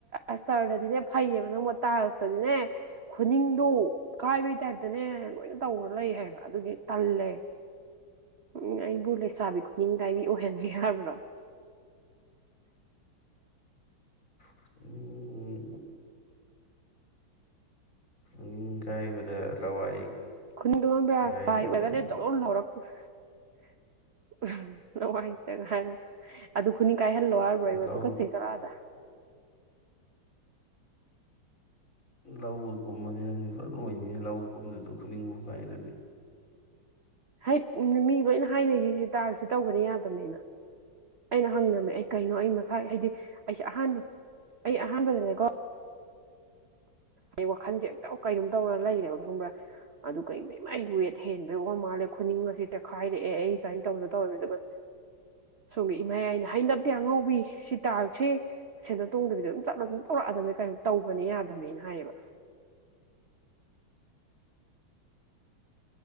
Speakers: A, on the right (about 55°); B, on the left (about 40°).
A: ꯑꯁꯇꯔꯗꯗꯤꯅꯦ ꯐꯩꯌꯦꯕ ꯅꯪꯕ ꯇꯥꯏꯜꯁꯇꯗꯤꯅꯦ꯫ ꯈꯨꯅꯤꯡꯗꯣ ꯀꯥꯏꯕꯩ ꯇꯥꯏꯞꯇꯅꯦ ꯂꯣꯏꯅ ꯇꯧꯔ ꯂꯩ ꯍꯥꯏꯕ꯫ ꯑꯗꯨꯒꯤ ꯇꯜꯂꯦ꯫ ꯎꯝ ꯑꯩꯕꯨ ꯂꯩꯁꯥꯕꯤ ꯈꯨꯅꯤꯡ ꯀꯥꯏꯕꯤ ꯑꯣꯏꯍꯟꯕ ꯍꯥꯕ꯭ꯔꫭ꯫
B: ꯈꯨꯅꯤꯡ ꯈꯨꯅꯤꯡ ꯀꯥꯏꯕ ꯂꯋꯥꯏ
A: ꯈꯨꯅꯤꯡꯗꯣ ꯈꯪꯕ꯭ꯔꯥꯥ
B: ꯁꯦꯒꯥꯏꯔꯛꯏꯗꯨꯅꯤ
A: ꯑꯣꯏꯔꯒꯅꯦ ꯖꯧ ꯂꯥꯎꯔꯛꯄ꯭ꯔꯥ ꯍꯥꯏꯅ ꯑꯗꯨ ꯈꯨꯅꯤꯡ ꯀꯥꯏꯍꯜꯂꯣ ꯍꯥꯏꯔꯕ꯭ꯔꯣ ꯏꯕꫭ
B: ꯂꯧ
A: ꯑꯗꯨꯨ ꯇꯨꯀꯠꯆꯩ ꯆꯠꯂꫭ ꯑꯥꯗ꯫
B: ꯂꯧꯒ ꯀꯨꯝꯃꯅꯤ ꯅꯪꯗꯤ ꯄꯨꯔꯥ ꯂꯣꯏꯅꯤꯅꯦ ꯂꯧ ꯀꯨꯝꯗꯁꯨ ꯈꯨꯅꯤꯡꯕꯨ ꯀꯥꯏꯔꯗꯤ꯫
A: ꯍꯩꯠ ꯃꯤ ꯂꫭꯏꯅ ꯍꯥꯏꯅꯩꯁꯤ ꯁꯤ ꯇꯥꯏꯜꯁꯤ ꯇꯧꯕꯅꯤ ꯌꯥꯗꯕꯅꯤꯅ ꯑꯩꯅ ꯍꯪꯉꯝꯃꯦ ꯑꯩ ꯀꯩꯅꯣ ꯑꯩ ꯃꯁꯥ ꯍꯥꯏꯗꯤ ꯑꯩꯁꯦ ꯑꯍꯥꯟꯕ ꯑꯩ ꯑꯍꯥꯟꯕꯅꯦꯅꯀꯣ ꯑꯩ ꯋꯥꯈꯜꯁꯦ ꯏꯇꯧ ꯀꯩꯅꯥꯝ ꯇꯧꯔꯒ ꯂꯩꯔꯦꯕ ꯈꯪꯕ꯭ꯔꯥ ꯑꯗꯨ ꯀꯩꯃ ꯃꯥꯏ ꯋꯦꯠ ꯍꯦꯟꯕꯩ ꯋꯥ ꯃꯥꯜꯂꯦ ꯈꯨꯅꯤꯡ ꯑꯁꯦ ꯆꯦꯈꯥꯏꯔꯛꯑꯦ ꯑꯩ ꯀꯥꯏꯅ ꯇꯧꯗ ꯇꯧꯋꯦꯕ ꯑꯗꯨꯒ ꯁꯣꯝꯒꯤ ꯏꯃꯥꯌꯥꯏꯅ ꯍꯩꯅꯗꯦ ꯑꯉꯥꯎꯕꯤ ꯁꯤ ꯇꯥꯏꯜꯁꯦ ꯁꯦꯟꯗꯟ ꯇꯣꯡꯗꯕꯤꯗ ꯑꯗꯨꯝ ꯆꯠꯂ ꯑꯗꯨꯝ ꯄꯨꯔꯛꯑꯗꯕꯅꯦ ꯀꯔꯤ ꯇꯧꯕꯅꯦ ꯌꯥꯗꯕꯅꯦ꯫ ꯍꯥꯏꯌꯦꯕ꯫